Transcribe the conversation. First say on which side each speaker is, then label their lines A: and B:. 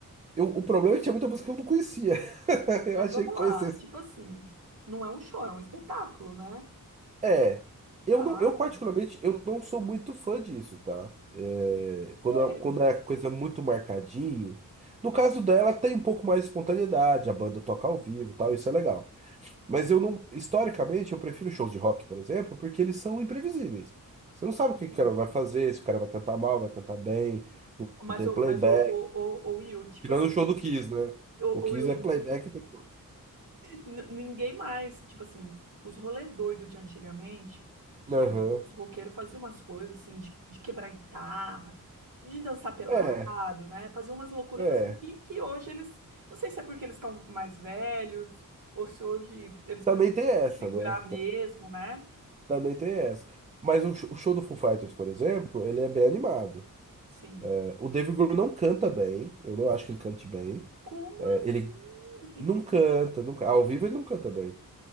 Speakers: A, on the right; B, on the right.
A: eu- o problema é que tinha muita música que eu não conhecia. <laughs> Eu
B: Mas
A: achei
B: vamos
A: que conhecesse
B: lá, tipo assim, não é um show, é um espetáculo, né?
A: É, eu
B: Cara,
A: não, eu particularmente eu não sou muito fã disso, tá? É, quando, é-
B: é,
A: quando é coisa muito marcadinho. No caso dela, tem um pouco mais de espontaneidade, a banda toca ao vivo, e tal, isso é legal. Mas eu não, historicamente, eu prefiro shows de rock, por exemplo, porque eles são imprevisíveis. Você não sabe o que
B: enfim.
A: o cara vai fazer, se o cara vai cantar mal, vai cantar bem, não,
B: Mas,
A: não tem
B: o,
A: playback.
B: mas o, o, o, o Will, tipo
A: Tirando
B: assim,
A: o show do Kiss, né?
B: o,
A: O
B: o
A: Kiss
B: Will,
A: é
B: n-
A: playback o tempo todo.
B: n- ninguém mais, tipo assim, os rolê doido de antigamente, que
A: Aham.
B: os roqueiros faziam umas coisas assim, de, de quebrar guitarra, de dançar pelado,
A: É,
B: né? Faziam umas loucuras
A: é.
B: assim que, que hoje eles, não sei se é porque eles estão mais velhos, ou se hoje eles
A: Também
B: precisam
A: tem essa,
B: se segurar
A: né?
B: mesmo, né?
A: Também tem essa. Mas o sh- o show do Foo Fighters, por exemplo, ele é bem animado.
B: Sim.
A: É, O Dave Grohl não canta bem, eu não acho que ele cante bem.
B: Como
A: É,
B: assim?
A: Ele
B: <laughs>
A: não canta, nunca, ao vivo ele não canta bem.